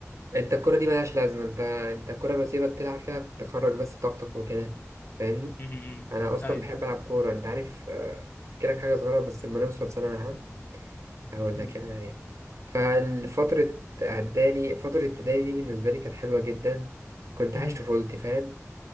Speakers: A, on the right; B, on the left.
A: انت الكرة دي ملهاش لازمة انت انت الكرة بسيبك تلعب فيها تخرج بس طاقتك وكده فاهمني
B: أمم. أمم.
A: انا اصلا
B: ايوه
A: بحب العب كورة انت عارف آه، احكي لك حاجة صغيرة بس لما نوصل ثانوي عام هقول
B: أمم.
A: لك يعني عليها فالفترة اعدادي فترة ابتدائي دي بالنسبة لي كانت حلوة جدا كنت
B: أمم.
A: عايش طفولتي فاهم